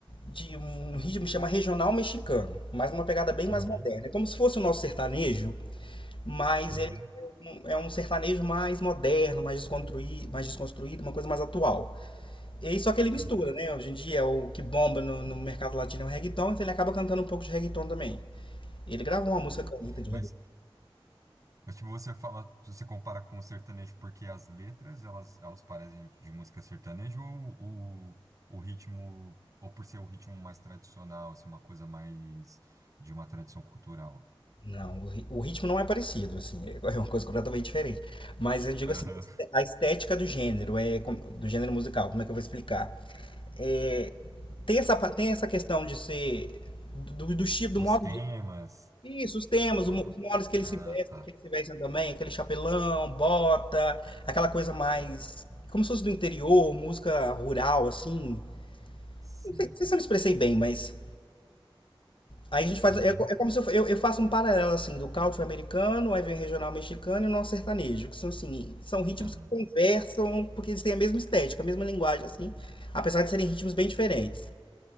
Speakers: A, on the left (about 65°); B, on the right (about 35°).
A: de um ritmo que chama regional mexicano, mas uma pegada bem mais
B: Uhum,
A: moderna. É como se fosse o nosso sertanejo, mas
B: uhum,
A: ele é um sertanejo mais moderno, mais desconstruído, mais desconstruído, uma coisa mais atual. E só que ele mistura,
B: uhum.
A: né? Hoje em dia o que bomba no, no mercado latino é o reggaeton, então ele acaba cantando um pouco de reggaeton também. Ele gravou uma música
B: Sei.
A: com a Anitta de
B: Mas Mas, tipo, você fala, você compara com o sertanejo porque as letras, elas, elas parecem de música sertaneja ou o, o ritmo, ou por ser o ritmo mais tradicional, assim, uma coisa mais de uma tradição cultural?
A: Não, o ri- o ritmo não é parecido, assim, é é uma coisa completamente diferente. Mas eu digo
B: Aham.
A: assim, a estética do gênero, é com- do gênero musical, como é que eu vou explicar? É, tem essa, pa- tem essa questão de ser do, do estilo,
B: Os
A: do modo
B: temas,
A: de. Isso, os temas,
B: ou
A: o mo-
B: não?
A: os modos que eles
B: Ah,
A: se vestem,
B: tá.
A: que eles se vestem também, aquele chapelão, bota, aquela coisa mais. Como se fosse do interior, música rural, assim.
B: Sei.
A: Não sei, não sei se eu me expressei bem, mas. Aí a gente faz.
B: Uhum.
A: É, é como se eu, fa- eu, eu faço um paralelo assim do country americano, aí vem regional mexicano e o nosso sertanejo, que são assim, são ritmos
B: Aham.
A: que conversam, porque eles têm a mesma estética, a mesma linguagem, assim, apesar de serem ritmos bem diferentes,